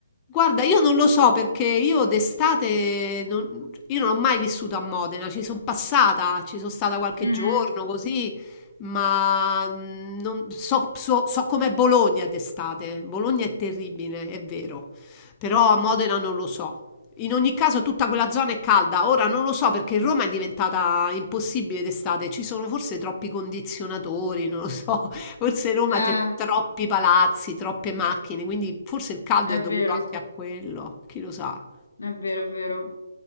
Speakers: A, on the left; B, on the left.
A: Guarda, io non lo so perché io d'estate non, io non ho mai vissuto a Modena, ci sono passata, ci sono stata qualche
B: Mhm.
A: giorno così, ma mm, non, so, so, so com'è Bologna d'estate. Bologna è terribile, è vero, però a Modena non lo so. In ogni caso tutta quella zona è calda, ora non lo so perché Roma è diventata impossibile d'estate, ci sono forse troppi condizionatori, non lo so. Forse Roma
B: Eh,
A: ha troppi palazzi, troppe macchine, quindi forse il caldo
B: è
A: è
B: vero,
A: dovuto anche a quello, chi lo sa.
B: è vero, è vero.